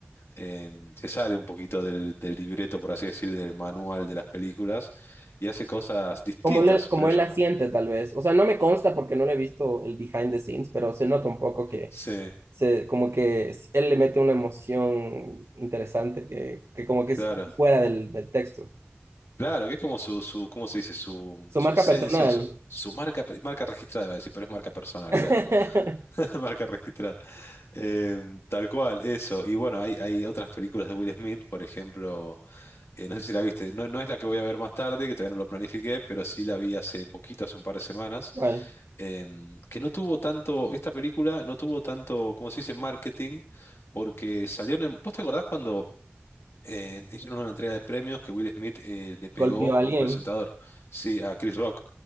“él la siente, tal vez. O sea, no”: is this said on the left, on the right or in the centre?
Right